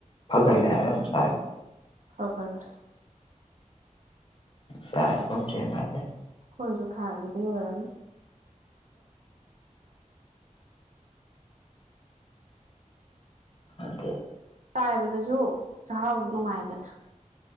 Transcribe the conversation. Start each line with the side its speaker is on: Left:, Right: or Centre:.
Left: ꯐꯒꯠꯂꯦ ꯍꯥꯏꯕ ꯑꯃꯨꯛ ꯆꯥꯏꯕꯗꯥ
Right: ꯐꯒꯟ <unintelligible>
Left: ꯁꯥꯏꯦꯝ <unintelligible> ꯆꯦ <unintelligible>
Right: ꯑꯩꯈꯣꯏꯁꯨ ꯊꯥꯈꯤꯗꫭꯏ ꯑꯣꯏꯔꯝꯅꯤ
Left: ꯑꯗꯨꯗ
Right: ꯇꯥꯏꯕꯗꯁꯨ ꯆꯥꯛꯍꯥꯎꯁꯨ ꯅꯨꯡꯉꯥꯏꯗꯅ